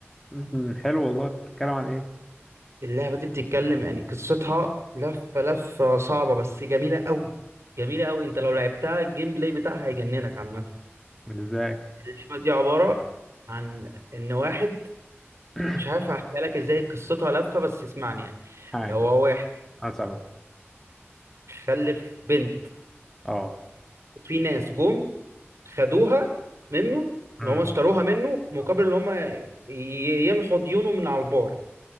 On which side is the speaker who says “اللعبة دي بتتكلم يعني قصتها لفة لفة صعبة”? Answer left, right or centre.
Right